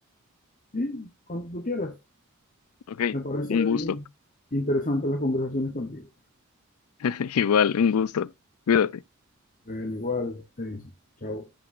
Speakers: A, on the left; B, on the left.
A: Y cuando tú quieras.
B: Ok,
A: Me parece
B: un gusto.
A: bien interesante las conversaciones contigo.
B: <laughs> Igual, un gusto. Cuídate.
A: Bueno, igual, te dice. Chao.